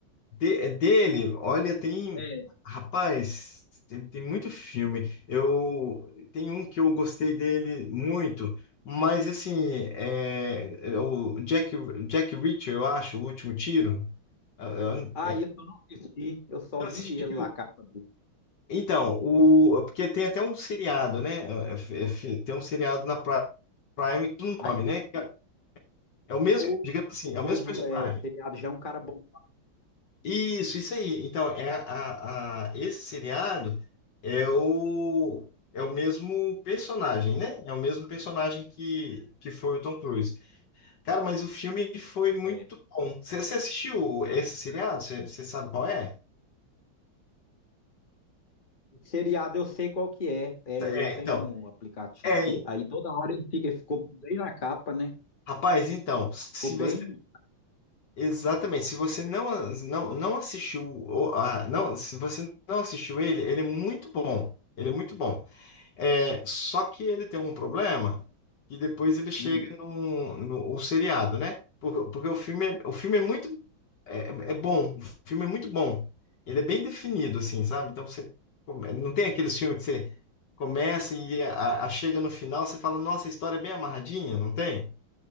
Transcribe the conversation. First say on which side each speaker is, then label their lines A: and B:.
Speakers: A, on the left; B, on the left.
A: de- é dele, olha, tem,
B: É,
A: rapaz, tem, tem muito filme. Eu tem um que eu gostei dele muito, mas assim, é, é o Jack, Jack Reacher, eu acho, o último tiro. Eu
B: Ah,
A: eu
B: isso eu não assisti, eu só
A: assisti
B: vi ele lá, a capa dele.
A: Então, o, porque tem até um seriado, né? É, é, é, Tem um seriado na Pri- Prime com o
B: Aí
A: nome, né?
B: o
A: que É é o mesmo,
B: povo,
A: digamos assim,
B: o povo,
A: é o mesmo personagem.
B: é, o seriado já é um cara bom.
A: Isso, isso aí. Então, é a, a- esse seriado é o, é o mesmo personagem, né? É o mesmo personagem que, que foi o Tom Cruise. Cara, mas o filme foi muito
B: É.
A: bom. Você você assistiu esse seriado? Você você sabe qual é?
B: O seriado eu sei qual que é. É, eu
A: É,
B: tenho
A: então.
B: um aplicativo
A: É,
B: aqui, aí toda hora ele fica, ele ficou bem na capa, né?
A: rapaz, então, se
B: Ficou bem,
A: você Exatamente. Se você não, as- não, não assistiu, o- a, não, se você não assistiu ele, ele é muito bom. Ele é muito bom. É, só que ele tem um problema que depois ele chega
B: hum,
A: no, no, o seriado, né? Porque, porque o filme é, o filme é muito é, é bom. O filme é muito bom. Ele é bem definido, assim, sabe? Então você come- não tem aqueles filmes que você começa e a, a- chega no final, você fala, nossa, a história é bem amarradinha, não tem?